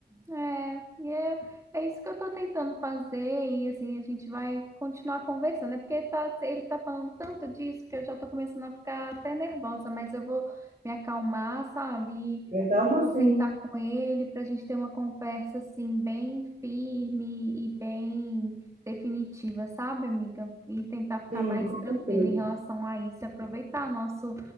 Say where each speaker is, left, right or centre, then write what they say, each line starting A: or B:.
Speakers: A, on the right (about 15°); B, on the right (about 45°).
A: É, e é, é isso que eu tô tentando fazer, e assim, a gente vai continuar conversando, é porque tá, ele tá falando tanto disso que eu já tô começando a ficar até nervosa, mas eu vou me acalmar, sabe? E
B: É. Calma,
A: Eu vou sentar
B: sim,
A: com ele pra gente ter uma conversa, assim, bem firme e bem definitiva, sabe, amiga? E tentar ficar
B: sim,
A: mais
B: com
A: tranquila
B: certeza,
A: em relação a isso, e aproveitar nosso,